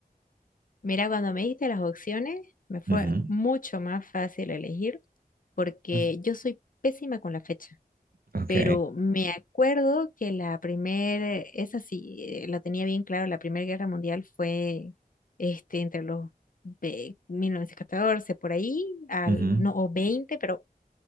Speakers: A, on the left (about 60°); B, on the right (about 70°).
A: Mira, cuando me diste las opciones, me fue
B: Ujú,
A: mucho más fácil elegir porque
B: ujú,
A: yo soy pésima con la fecha,
B: Ok,
A: pero me acuerdo que la primera, esa sí, eh, la tenía bien claro, la Primera Guerra Mundial fue este, entre los ve- 1914 por ahí, al,
B: ujú,
A: no, o 20, pero